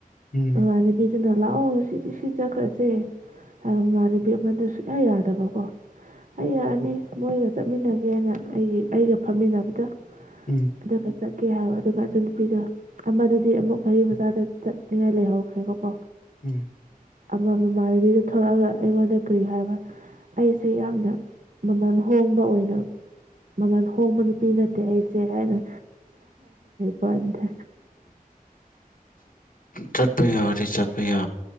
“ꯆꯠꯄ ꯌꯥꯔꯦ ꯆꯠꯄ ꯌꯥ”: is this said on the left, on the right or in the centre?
Left